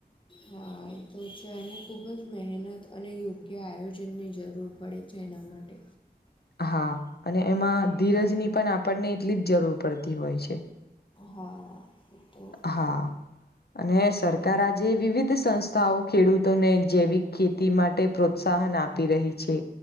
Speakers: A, on the left (about 30°); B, on the left (about 70°).
A: હા એ તો છે અને ખૂબ જ મહેનત અને યોગ્ય આયોજનની જરૂર પડે છે એના માટે
B: હા અને એમાં ધીરજની પણ આપણને એટલી જ જરૂર પડતી હોય છે
A: હા તો
B: હા અને સરકાર આજે વિવિધ સંસ્થાઓ ખેડૂતોને જેૈવીક ખેતી માટે પ્રોત્સાહન આપી રહી છે